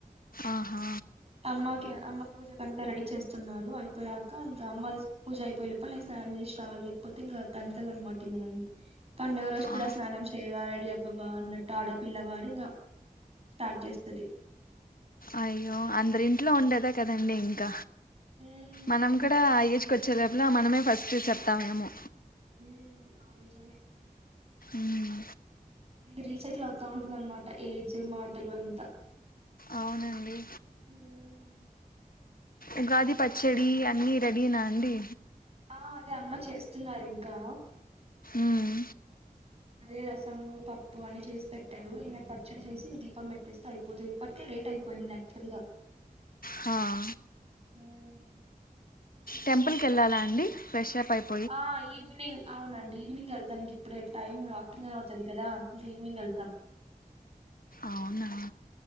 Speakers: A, on the left; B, on the right.
A: ఆహా
B: అమ్మాకి అమ్మ పూజ కంతా రెడీ చేస్తున్నారు అయిపోయాక ఇంకా అమ్మల్స్ పూజ అయిపోయి లోపల నేన్ స్నా స్నానం చేశ్రావాలి లేక్పోతే ఇంగ తంతాదాన్మాట ఇంగ నన్ని పండగ రోజ్ కూడ
A: ఆ,
B: స్నానం చేయ్వా రెడీ అవ్వవా అన్నట్ ఆడపిల్లవ అని ఇంగ స్టార్ట్ చేస్తది
A: అయో అందర్ ఇంట్లో ఉండేదే కదండీ ఇంక
B: మ్మ్
A: మనం కూడ ఆ ఎజ్ కోచ్ చ్చేపలో మనమే ఫస్ట్ చెప్తామేమో
B: హ్మ్ అవ్న్ నిజమే
A: మ్మ్.
B: రీసైకిల్ అవ్తా ఉంటుందన్మాట ఏజ్ మాటలు అంత
A: అవునండి
B: హ్మ్
A: ఉగాది పచ్చడి అన్నీ రెడీనా అండి
B: ఆ అదే అమ్మ చేస్తున్నారు ఇంకా
A: మ్మ్.
B: దే రసము పప్పు అన్ని చేసి పెట్టారు ఇంగ పచ్చడి చేసి దీపం పెట్టేస్తే అయిపోతది ఇప్పటికే లేట్ అ అయిపోయింది యాక్చువల్ గ
A: హ
B: హ్మ్
A: టెంపుల్ క ఎల్లల అండి ఫ్రెష్ అప్ పై
B: ఆ ఈవ్నింగ్ ఔనండి ఈవ్నింగెళ్తాన్ ఇంకిప్పుడే టైం ఆఫ్టర్నూనౌతది కదా ఇంక ఈవ్నింగెళ్తాం.
A: ఔనా.